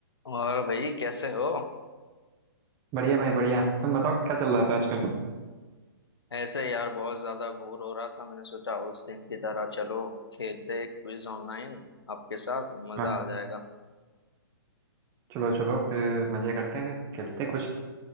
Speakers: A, on the left (about 85°); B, on the right (about 25°).
A: और भाई कैसे हो
B: बढ़िया भाई बढ़िया तुम बताओ क्या चल रहा था आजकल
A: ऐसे यार बहुत ज्यादा बोर हो रहा था मैंने सोचा उस दिन की तरह चलो खेलते क्विज ऑनलाइन आपके साथ मजा
B: हाँ
A: आ जाएगा
B: चलो चलो फिर मजे करते हैं फिर खेलते हैं कुछ